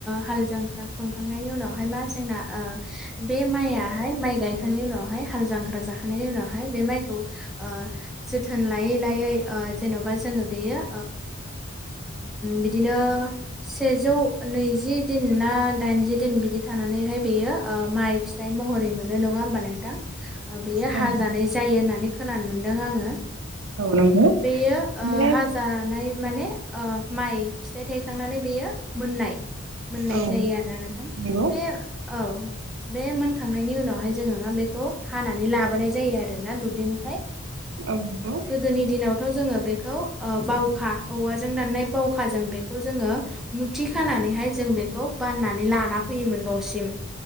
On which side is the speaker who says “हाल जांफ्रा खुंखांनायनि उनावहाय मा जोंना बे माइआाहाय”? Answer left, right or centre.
Centre